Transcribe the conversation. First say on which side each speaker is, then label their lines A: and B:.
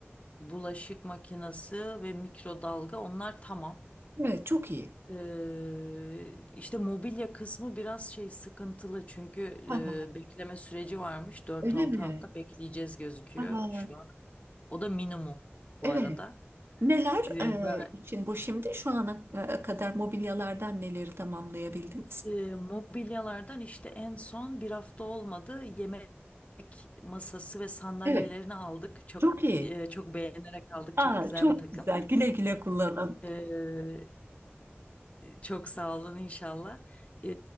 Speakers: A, on the left; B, on the right.
A: bulaşık makinesi ve mikrodalga onlar tamam.
B: Evet, çok iyi.
A: Ee, işte mobilya kısmı biraz şey sıkıntılı çünkü
B: Aha.
A: e, bekleme süreci varmış. dört
B: Öyle
A: altı
B: mi?
A: hafta bekleyeceğiz gözüküyor
B: Aha.
A: şu an. O da minimum bu
B: Evet.
A: arada.
B: Neler
A: Ee, ben,
B: e, için bu şimdi? Şu ana e, kadar mobilyalardan neleri tamamlayabildiniz?
A: e, mobilyalardan işte en son bir hafta olmadı yemek masası ve sandalyelerini
B: Evet,
A: aldık. Çok
B: çok iyi.
A: e, çok beğenerek aldık.
B: Aa,
A: Çok güzel
B: çok
A: bir takım.
B: güzel. Güle güle kullanın.
A: E, Çok sağ olun inşallah. Ee,